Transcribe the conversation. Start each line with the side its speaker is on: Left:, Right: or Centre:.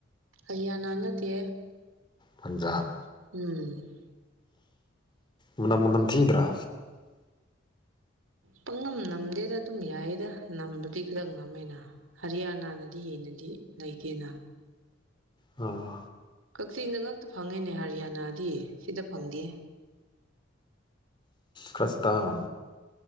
Right: ꯑꯩꯌꯥ ꯅꯥꯟꯅꯗꯦ
Left: ꯄꯟꯖꯥꯕ
Right: ꯎꯝ
Left: ꯃꯅꯝ ꯃꯅꯝ ꯊꯤꯒꯗ꯭ꯔꯥ
Right: ꯄꯥꯛꯅꯝ ꯅꯝꯗꯦꯗ ꯑꯗꯨꯝ ꯌꯥꯏꯌꯦꯗ ꯅꯝꯕꯗꯤ ꯇ ꯉꯝꯃꯦꯅ ꯍꯔꯤꯌꯥꯅꯥꯅꯗꯤ ꯍꯦꯟꯅꯗꯤ ꯂꯩꯇꯦꯅ
Left: ꯎꯝ
Right: ꯀꯛꯆꯤꯡꯗ ꯉꯛꯇ ꯐꯪꯉꯦꯅꯦ ꯍꯔꯤꯌꯥꯅꯥꯗꯤ ꯁꯤꯗ ꯐꯪꯗꯦ
Left: ꯈ꯭ꯔꯤꯁꯇꯥꯅꯥ